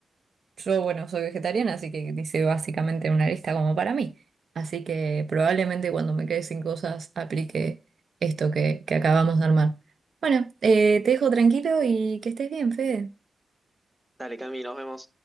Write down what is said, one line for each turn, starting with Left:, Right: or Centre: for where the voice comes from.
Right: Yo, bueno, soy vegetariana, así que dice básicamente una lista como para mí. Así que probablemente cuando me quede sin cosas aplique esto que, que acabamos de armar. Bueno, eh, te dejo tranquilo y que estés bien, Fede.
Centre: Dale, Cami, nos vemos.